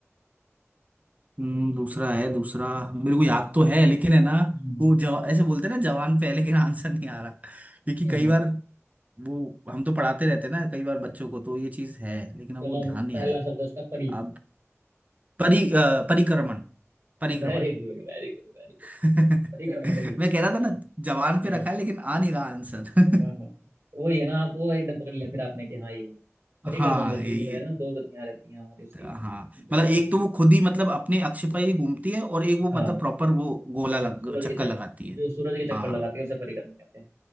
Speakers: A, on the right; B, on the right.
A: हम्म, दूसरा है दूसरा मेरे को याद तो है लेकिन है ना
B: हम्म
A: वो जवा ऐसे बोलते हैं ना जवान पे है लेकिन आंसर नहीं आ रहा क्योंकि
B: हम्म
A: कई बार वो हम तो पढ़ाते रहते हैं ना कई बार बच्चों को तो ये चीज है लेकिन अब
B: चलो
A: वो ध्यान नहीं
B: पहला
A: आ रही
B: शब्द है उसका परी
A: अब परि अ, परिक्रमण परिक्रमण
B: Very good very good very good
A: <laughs> मैं
B: बड़ी कर्मगति
A: कह रहा था ना
B: हाँ
A: जवान
B: हम्म
A: पे रखा है लेकिन आ नहीं रहा आंसर
B: हाँ, हाँ। तो वही है ना आपको एकदम पकड़ लिया फिर आपने कि हाँ ये है।
A: <laughs>
B: परिक्रमण
A: हाँ
B: गति
A: यही
B: जो है ना दो गतियां रहती हैं हमारी उसकी
A: हाँ
B: जो
A: मतलब एक
B: करती
A: तो वो
B: है
A: खुद ही मतलब अपने अक्ष पर ही घूमती है और एक वो
B: हाँ
A: मतलब प्रॉपर वो गोला लग
B: सूरज
A: चक्कर
B: के चक्कर
A: लगाती है
B: जो सूरज के चक्कर
A: हाँ
B: लगाती है उसे परिक्रमण कहते हैं